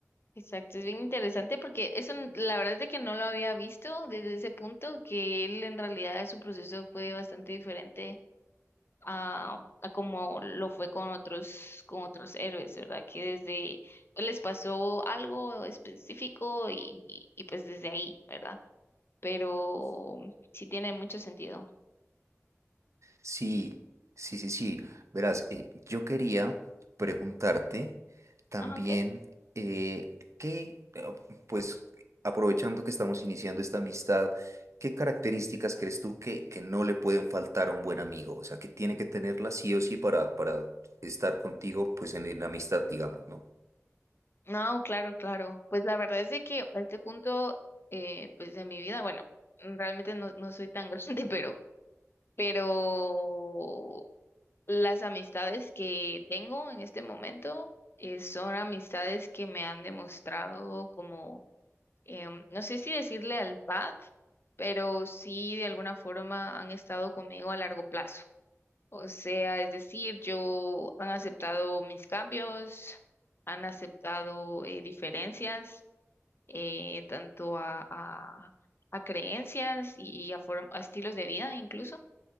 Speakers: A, on the left (about 45°); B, on the right (about 65°).
A: Exacto, es bien interesante porque eso n- la verdad es de que no lo había visto desde ese punto, que él en realidad su proceso fue bastante diferente a, a como lo fue con otros, con otros héroes, ¿verdad? Que desde pues, les pasó algo específico y, y, y, pues desde ahí, ¿verdad? Pero sí tiene mucho sentido.
B: Sí, sí, sí, sí. Verás, eh, yo quería preguntarte también
A: Ah, ok.
B: eh, qué, eh, pues aprovechando que estamos iniciando esta amistad, ¿qué características crees tú que, que no le pueden faltar a un buen amigo? O sea, que tiene que tenerla sí o sí para, para estar contigo, pues en, en amistad, digamos, ¿no?
A: No, claro, claro. Pues la verdad es de que a este punto, eh, pues de mi vida, bueno, realmente no, no soy tan <laughs> grande, pero pero las amistades que tengo en este momento eh, son amistades que me han demostrado como, em, no sé si decirle al lealtad, pero sí de alguna forma han estado conmigo a largo plazo. O sea, es decir, yo han aceptado mis cambios, han aceptado eh, diferencias, eh, tanto a, a, a creencias y, a, form- a estilos de vida incluso